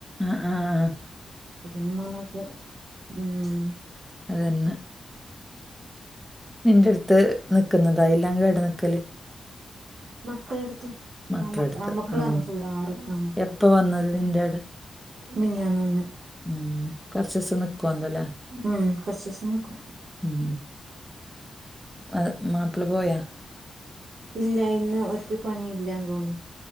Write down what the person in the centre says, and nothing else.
ആഹ് ആഹ് ആഹ്
അതന്നാ നിന്റെ എടുത്ത് നിക്കുന്നതാ ഇല്ലാങ്കടെ ഇവടെ നിക്കല്
മക്കള
അടുത്ത്
ആ
എപ്പ വന്നത് നിന്റെ അവിടെ
ഉം കുറച്ച്സം നിക്കോന്തല്ലേ
ഉം അത് മാപ്പിള പോയ